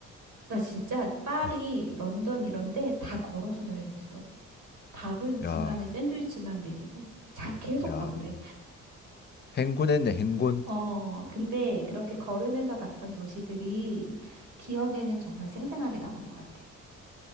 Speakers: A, on the right (about 90°); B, on the left (about 35°).
A: 나 진짜 파리,
B: 와,
A: 런던 이런데 다 걸어서 여행했어. 밥은 중간에
B: 야.
A: 샌드위치만 먹이고 자 계속
B: 야.
A: 걸으래.
B: 행군했네, 행군.
A: 어, 근데 그렇게 걸으면서 봤던 도시들이 기억에는 정말 생생하게 남은 것 같아.